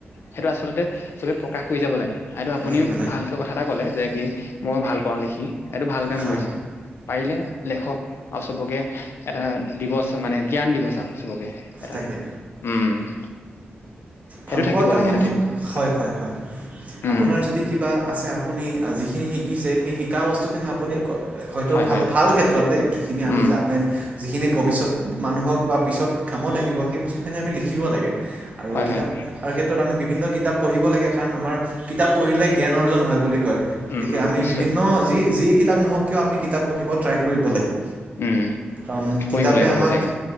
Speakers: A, on the left; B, on the right.
A: সেইটো আচলতে চবেই প্ৰকাশ কৰি যাব লাগে। এইটো আপুনিও
B: লাগিব লাগে
A: ভালকৈ কথা এটা ক'লে যে কি মই ভাল পাওঁ লিখি এইটো ভাল কাম
B: হয়
A: কৰিছে। পাৰিলে লেখক আৰু চবকে এটা দিৱস মানে জ্ঞান দিৱস চাওক চবকে এটা,
B: তাকে
A: উম। সেইটো
B: ভালপোৱা
A: থাকিব
B: কাম
A: লাগে
B: মানুহে
A: সেইটো থাকিব লাগে
B: হয় হয়।
A: উম
B: আপোনাৰ যদি কিবা আছে। আপুনি যিখিনি শিকিছে সেই শিকা বস্তু খিনি আপুনি আপুনি হয়তো
A: হয়
B: ভাল
A: হয়
B: ভাল ক্ষেত্ৰত দেই যিখিনি আমি
A: উম
B: যা যিখিনি ভৱিষ্যত মানুহক বা পিছত কামত আহিব সেই বস্তুখিনি আমি লিখিব লাগে। আৰু
A: হয়
B: কিতাপ,
A: হয়
B: আৰু ক্ষেত্ৰত আমি বিভিন্ন কিতাপ, পঢ়িব লাগে। কাৰণ -আমাৰ কিতাপ পঢ়িলে জ্ঞান, অৰ্জন হয় বুলি কয়। গতিকে
A: উম উম
B: আমি
A: নিশ্চয়
B: বিভিন্ন যি যিয়ে কিতাপ নহওঁক কিয় আমি কিতাপ পঢ়িব ট্ৰাই কৰিব লাগে।
A: উম
B: কাৰণ
A: পঢ়িব
B: -কিতাপে,
A: লাগে পঢ়িব
B: আমাক
A: লাগে